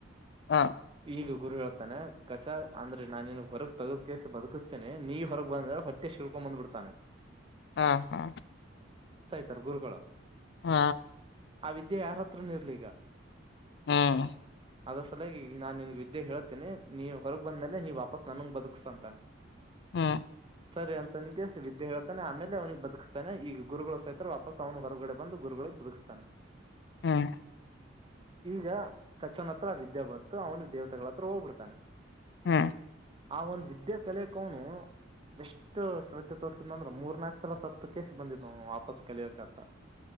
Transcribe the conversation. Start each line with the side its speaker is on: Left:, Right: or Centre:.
Left: ಹಾ
Right: ಈಗ ಗುರು ಹೇಳ್ ಾನೆ ಕಚಾ ಅಂದ್ರೆ ನಾನ ನಿನ್ ಹೊರಗ್ ತಗೋದಕಸ ಬದುಕಿಸ್ತೇನೆ ನೀ ಹೊರಗ್ ಬಂದ್ರೆ ಹೊಟ್ಟೆ ಶಳ್ಕೊ ಬಂದ್ ಬಿಡ್ ತಾನ
Left: ಹೂ ಹೂ
Right: ತರ್ಗುರುಗಳು
Left: ಹೂ
Right: ಆ ವಿದ್ಯೆ ಯಾರತ್ರನ ಇರ್ಲಿ ಈಗ
Left: ಹ್ಮ್
Right: ಅದ್ರ ಸಲಯಾಗಿ ಈಗ ನಾನ್ ನಿನ್ಗ್ ವಿದ್ಯೆ ಹೇತೇನೆ ನೀ ಹೊರಗ್ ಬಂದ್ಮೇಲೆ ನೀವ ವಾಪಸ್ ನನಗ್ ಬದುಕ್ಸ ಅಂತಾನ
Left: ಹ್ಮ್
Right: ಸರಿ ಅಂತ ನಿಂಗೆ ಹೇಳ್ತಾನೆ ಆಮೇಲೆ ಅವನಿಗೆ ಬದುಕಸ್ತಾನೆ ಈಗ ಗುರುಗಳು ಸಹಿತರ ವಾಪಸ್ ಅವನ ಹೊರಗಡೆ ಬಂದು ಗುರುಗಳಿಗೆಗ್ ಬದುಕ್ಸ್ತಾನೆ
Left: ಹ್ಮ್
Right: ಈಗ ಕಚ್ಚನ ಹತ್ರ ವಿದ್ಯಾಭತ್ತು ಅವನು ದೇವತೆಗಳ ಹತ್ರ ಹೋಗ್ಬಿಡ್ತಾನೆ
Left: ಹ್ಮ್
Right: ಆ ಒಂದು್ ವಿದ್ಯಾ ಕಲಿಕೋನು ಎಷ್ಟು ಶ ೋರ್ಸಿದ್ ಅಂದ್ರೆ ಮೂರ್ ನನಾಲ್ಕಕ್ ಸಲ ಸತ್ತು ಕಸಿ ಬಂದಿದ ನವು ವಾಪಸ್ ಕಲಿಯಬೇಕಕ್ಂತ